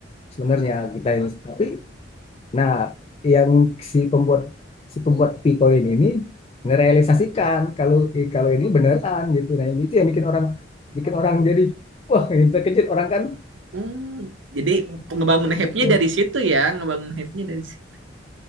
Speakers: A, on the left (about 30°); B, on the right (about 70°).
A: sebenarnya kita ini. tapi Nah, yang si pembuat si pembuat Picoin ini ngerealisasikan kalau eh, kalau ini beneran gitu. Nah, ini itu yang bikin orang bikin orang jadi wah ini terkejut orang kan
B: hmm, jadi ngebangun
A: kayak
B: hype-nya
A: gitu.
B: dari situ ya ngebangun hype-nya dari situ